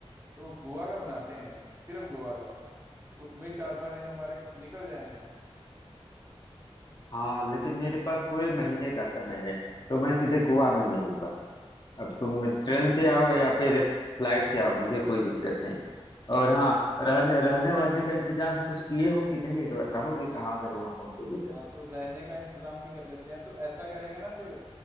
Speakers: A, on the right (about 25°); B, on the left (about 45°).
A: तो गोवा का बनाते हैं सिर्फ गोवा का तो उसमें ही चार पांच दिन हमारे निकल जाएंगे
B: हाँ लेकिन मेरे पास पूरे महीने का समय है तो मैं सीधे गोवा में मिलूंगा अब
A: ठीक
B: तुम ट्रेन
A: है
B: से आओ या फिर फ्लाइट से आओ मुझे कोई दिक्कत नहीं
A: ठीक
B: और हाँ रहने रहने वहने का इंतजाम कुछ किए हो कि नहीं रह- रहोगे कहाँ
A: हाँ
B: अगर वहां पहुंचोगे तो
A: हाँ तो रहने का इंतजाम भी कर लेते हैं तो ऐसा करेंगे ना फिर